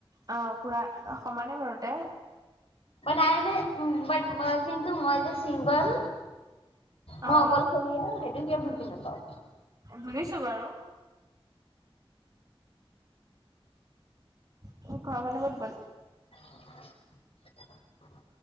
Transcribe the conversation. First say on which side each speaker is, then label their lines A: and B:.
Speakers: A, on the right (about 40°); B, on the left (about 75°).
A: অ' পুৰা সমানে বাৰুদে।
B: নাই - নাই বাট কিন্তু মই যে চিংগল। মই
A: অ
B: অকলশৰীয়া সেইটো কিয় বুজি নাপাওঁ।
A: শুনিছো বাৰু। তোৰ ঘৰৰ মানুহ কত গল?
B: <unintelligible>